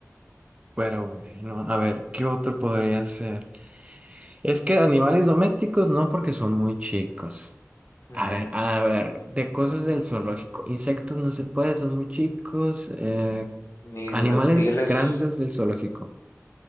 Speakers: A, on the right (about 25°); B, on the left (about 55°).
A: Pero bueno, a ver, ¿qué otro podría ser? Es que animales domésticos no, porque son muy chicos.
B: Ujú.
A: A ver, a ver, de cosas del zoológico. Insectos no se puede, son muy chicos. Eh,
B: Ni
A: animales
B: reptiles.
A: grandes del zoológico.